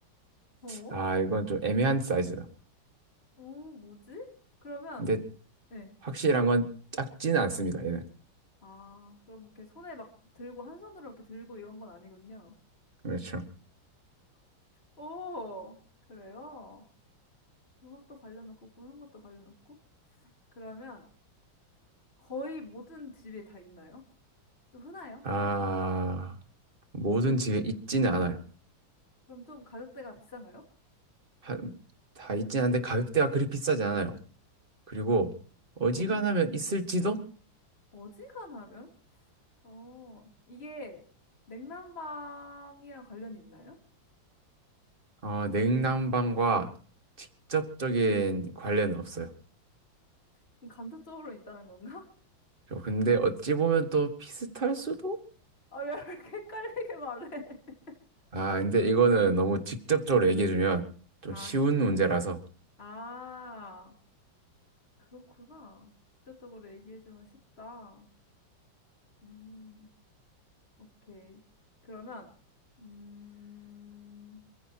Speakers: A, on the left (about 30°); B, on the right (about 25°).
A: 어?
B: 아, 이건 좀 애매한 사이즈다.
A: 오, 뭐지? 그러면,
B: 근데
A: 네.
B: 확실한 건 작지는 않습니다, 얘는.
A: 아, 그럼 이렇게 손에 막 들고, 한 손으로 이렇게 들고 이런 건 아니군요.
B: 그렇죠.
A: 오, 그래요? 음악도 관련없고, 보는 것도 관련없고. 그러면 거의 모든 집에 다 있나요? 좀 흔해요?
B: 아,
A: 흔해요?
B: 모든 집에 있지는 않아요.
A: 그럼 좀 가격대가 비싼가요?
B: 하- 다 있진 않은데 가격대가 그리 비싸지 않아요. 그리고 어지간하면
A: 어,
B: 있을지도,
A: 어지간하면? 어, 이게 냉난방이랑 관련이 있나요?
B: 어, 냉난방과 직접적인 관련은 없어요.
A: 그럼 간접적으로 있다는 건가?
B: 어, 근데 어찌 보면 또 비슷할 수도?
A: <laughs> 아, 왜 이렇게 헷갈리게 말해? <laughs>
B: 아, 근데 이거는 너무 직접적으로 얘기해주면 좀
A: 아,
B: 쉬운
A: 힌,
B: 문제라서.
A: 아. 그렇구나. 직접적으로 얘기해주면 쉽다. 음, 오케이. 그러면, 음,